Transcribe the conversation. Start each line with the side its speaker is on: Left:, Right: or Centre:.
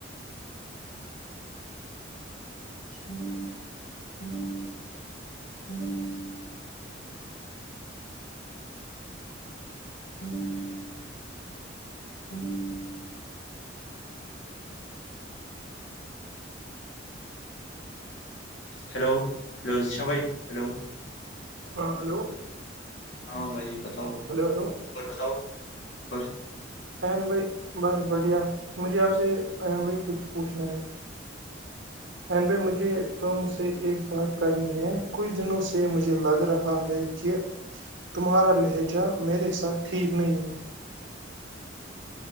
Left: ہوں ہ ہ ہوں ہوں ہیلو ہلو جیشا بھائی ہیلو
Right: ہاں ہلو
Left: ہاں بھائی بتاؤ
Right: ہلو
Left: اور بتاؤ اور
Right: این بھائی بس بڑھیا مجھے آپ سے ام بھائی کچھ پوچھنا ہے این بھائی مجھے تو م سے ایک بات کرنی ہے کچھ دنوں سے مجھے لگ رہا ہے کہ تمہارا لہجہ میرے ساتھ ٹھیک نہیں ہے